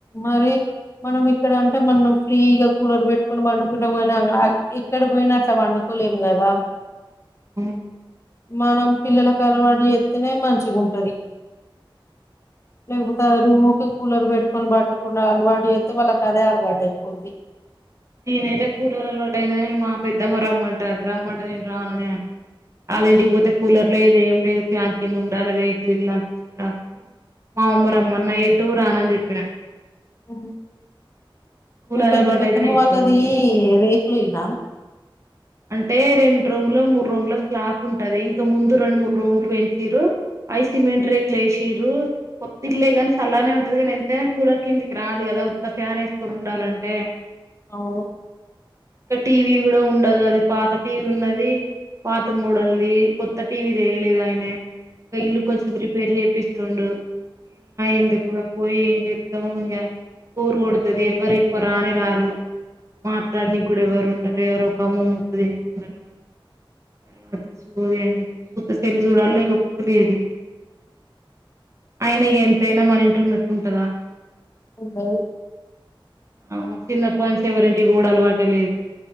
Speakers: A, on the left; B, on the right.
A: మరి మనం ఇక్కడ అంటే మనం ఫ్రీగా కూలర్ పెట్టుకొని పండుకుంటాం కాని ఇక్కడ పోయినట్లా పండుకోలేం కదా
B: అ
A: మనం పిల్లలకు అలవాటు చేస్తనే మంచిగాంటది లేకపోతే ఊరికే కూలర్ పెట్టుకో కని పండుకుండా అలవాటు చేస్తే వాళ్ళకి అదే అలవాటు అయిపోది
B: నేనైతే కూలర్ అలవాటు అయిన మా పెద్దమ్మ రమ్మంటాది రమ్మంటే నేను రానని అన్నా వాళ్ళ ఇంటికి పోతే కూలర్ లేదు ఏం లేదు ఫ్యాన్ కింద ఉండాలి రేకులు ఇల్లు అంత చికరాకని మా అమ్మమ్మ రామన్న ఎటూ రానని చెప్పిన
A: అ
B: కూలర్
A: మీ పెద్ద
B: అలవాటు
A: పెద్దమ్మ
B: అయితేనే ఇట్లున్నది
A: వాళ్ళది రేకులు ఇళ్ల
B: అంటే రెండు రూముల మూడు రూముల స్లాప్ ఉంటది ఇంకా ముందు రెండు మూడు రూములు పెంచరు అయి సిమెంట్
A: అవును
B: రేకులు ఎస్సీరూ కొత్త ఇల్లు కానీ సళ్ళగనే ఉంటుది కానీ ఎంతనా కూలర్ కిందికిరాదూ కదా ఉత్త ఫ్యాన్స్త ఉండాలంటే
A: అవును
B: ఇంకా టీవీ కూడా ఉండదు అది పాత టీవీ ఉన్నది పాత మూడల్ది కొత్త టీవీ తెయలేదు ఆయన ఇకా ఇల్లు కొంచెం రిపేర్ చేపిస్తుండు ఎందుకు పోయి ఎతము ఇ ఊరు కొతుది ఎవరు ఎకువ రాణ రాారు మాట్లాడిని కూడా ఎవరు ఉండరు ఎవరు ఒక అమ్మ ముత్తది ఇంటి ముందట ఏ అ సూది ఎందుకు సూత చెల్ చూడాల లేకపోతులేద ఆయన ఎంతైనా మాన ఇంంటిలో నట్టుంటందా
A: అవు
B: ఆ మా కి చిన్నప్ప నుస్ ఎవరంటి గోడలు వాటలేదు